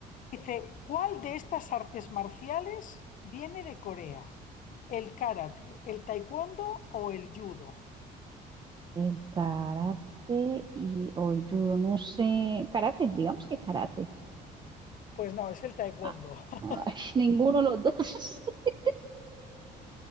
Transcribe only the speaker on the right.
El karate y, o el judo, no sé. Karate, digamos que karate.
Ah,
ay, ninguno de los dos. <laughs>